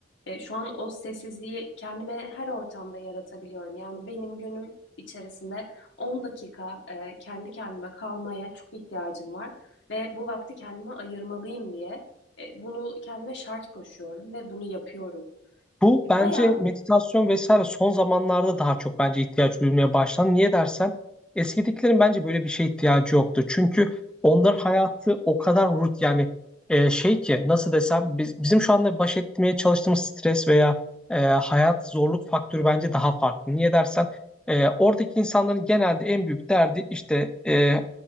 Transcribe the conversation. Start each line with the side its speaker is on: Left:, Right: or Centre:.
Left: E, şu an o sessizliği kendime her ortamda yaratabiliyorum. Yani benim günüm içerisinde 10 dakika e, kendi kendime kalmaya çok ihtiyacım var ve bu vakti kendime ayırmalıyım diye e, bunu kendime şart koşuyorum ve bunu yapıyorum.
Centre: Bu
Left: Bayağı
Centre: bence meditasyon vesaire son zamanlarda daha çok bence ihtiyaç duyulmaya başlandı. Niye dersen eskidekilerin bence böyle bir şeye ihtiyacı yoktu. Çünkü onların hayatı o kadar rut yani e, şey ki nasıl desem biz, bizim şu anda baş etmeye çalıştığımız stres veya e, hayat zorluk faktörü bence daha farklı. Niye dersen e, oradaki insanların genelde en büyük derdi işte e,